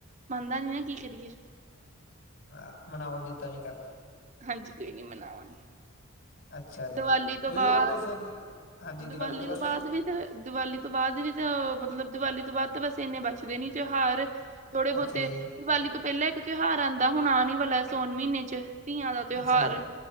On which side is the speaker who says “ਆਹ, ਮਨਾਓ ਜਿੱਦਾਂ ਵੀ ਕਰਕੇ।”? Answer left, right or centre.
Left